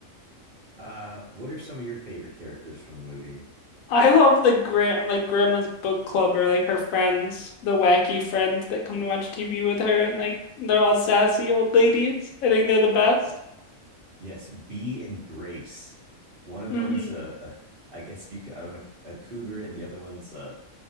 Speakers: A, on the right; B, on the left.
A: uh, what are some of your favorite characters from the movie?
B: I love the grand like grandma's book club or like her friends, the wacky friends that come to watch TV with her and like they're all sassy old ladies. I think they're the best.
A: Uh, yes, Bee and Grace. One of
B: hmm
A: them's a, a I guess you I don't know a cougar, and the other one's a,